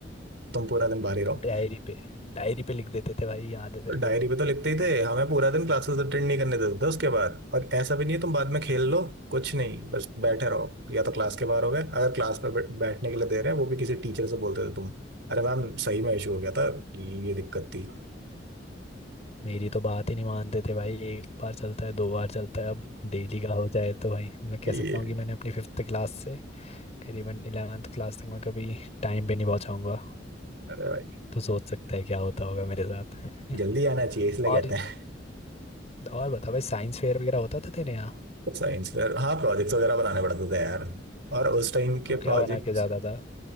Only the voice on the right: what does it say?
तुम पूरा दिन बाहर ही रहो
डायरी
पे तो लिखते ही थे हमें पूरा दिन क्लासेस अटेंड नहीं करने देते थे उसके बाद और ऐसा भी नहीं तुम बाद में खेल लो कुछ नहीं बस बैठे रहो या तो क्लास के बाहर हो गए अगर क्लास में बै- बैठने के लिए दे रहे हैं वो भी किसी टीचर से बोलते थे तुम अरे मैम सही में इशू हो गया था ये दिक्कत थी
ये
भी
है।
अरे भाई
जल्दी आना चाहिए इसलिए
कहते हैं
<laughs> साइंस फेयर हाँ प्रोजेक्ट्स वगैरह बनाने पड़ते थे यार और उस टाइम
के
प्रोजेक्ट